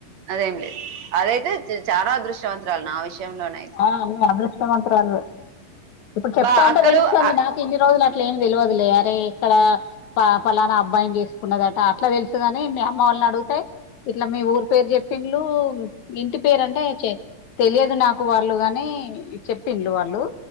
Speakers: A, on the right; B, on the left.
A: అదేం లేదు అదైతే నేను చాలా అదృష్టవంతురాలు నా విషయంలోనేయితే
B: ఆ నువ్ అదృష్టవంతురాలివే ఇప్పుడు చెప్తా
A: బా
B: ఉంటే
A: అక్కలు
B: తెలుస్తుంది
A: ఆ
B: నాకు ఇన్ని రోజులు అట్లా ఏమి తెలియదులే అరే ఇక్కడ పలానా అబ్బాయిని చేసుకున్నదట అట్లా తెలుసుగాని మీ అమ్మ వాళ్ళని అడిగితే ఇట్లా మీ ఊరు పేరు చెప్పిన్లు ఇంటి పేరు అంటే చే తెలియదు నాకు వాళ్ళు గాని చెప్పింలు వాళ్ళు